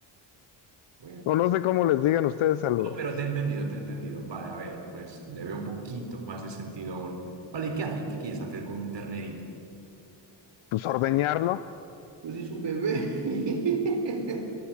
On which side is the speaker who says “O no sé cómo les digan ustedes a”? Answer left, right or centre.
Left